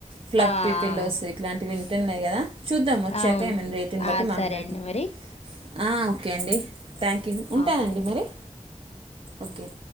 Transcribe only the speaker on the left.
ఆ! ఆ!
అవును.
ఆ!
సరే అండి మరి.
ఆ! సరే.